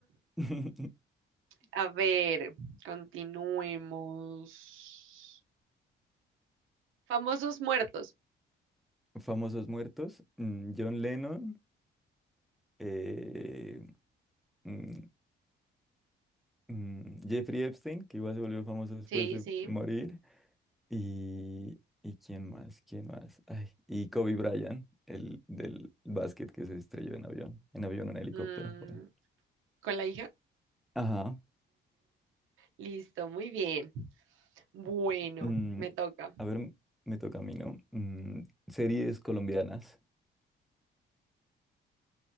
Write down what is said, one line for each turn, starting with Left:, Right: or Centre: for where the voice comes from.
Centre: <laughs>
Right: A ver, continuemos. Famosos muertos.
Centre: Famosos muertos, mm, John Lennon, eh, mm, mm, Jeffrey Epstein, que igual se volvió famoso después
Right: Sí,
Centre: de
Right: sí.
Centre: morir, y, y quién más, quién más, ay, y Kobe Bryant, el del básquet que se estrelló en avión, en avión, en helicóptero,
Right: Mm,
Centre: bueno.
Right: ¿con la hija?
Centre: Ajá,
Right: Listo, muy bien. Bueno,
Centre: Mm,
Right: me toca.
Centre: a ver, me toca a mí, ¿no? Mm, series colombianas.